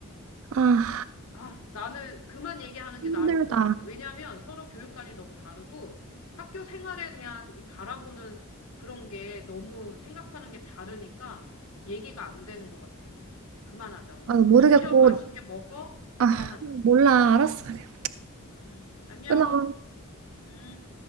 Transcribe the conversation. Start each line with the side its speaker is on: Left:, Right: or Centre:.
Right: 아
Left: 아, 나는 그만 얘기하는
Right: 힘들다
Left: 게 나을 것 같아. 왜냐하면 서로 교육관이 너무 다르고 학교 생활에 대한 이 바라보는 그런 게 너무 생각하는 게 다르니까 얘기가 안 되는 것 같아. 그만하자, 우리.
Right: 아 모르겠고
Left: 저녁 맛있게 먹어?
Right: 아
Left: 그만하자.
Right: 몰라 알았어 그냥
Left: 음, 안녕.
Right: 끊어
Left: 음.